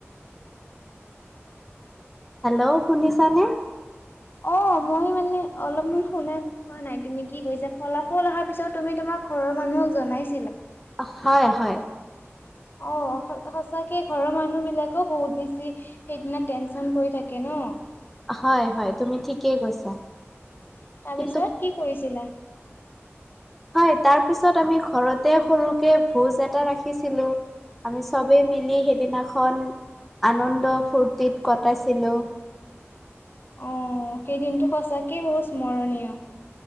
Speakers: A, in the centre; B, on the left.
A: হেল্ল' শুনিছানে
B: অ মই মানে অলপমান শুনা পোৱা নাই তুমি কি কৈছা ফলাফল অহাৰ পিছত তুমি তোমাৰ ঘৰৰ মানুহক জনাই
A: অ' হয় - হয়।
B: অ' স- সঁচাকে ঘৰৰ মানুহবিলাকেও বহুত বেছি সেইদিনা টেনচন কৰি থাকে ন'?
A: হয় - হয়, তুমি ঠিকেই কৈছা।
B: তাৰপিছত
A: কিন্তু
B: কি কৰিছিলা?
A: হয়, তাৰ পিছত আমি ঘৰতে সৰুকে ভোজ এটা ৰাখিছিলোঁ। আমি চবেই মিলি সেইদিনাখন আনন্দ ফূৰ্তিত কটাইছিলোঁ।
B: অ' সেই দিনটো সঁচাকেই বহুত স্মৰণীয়।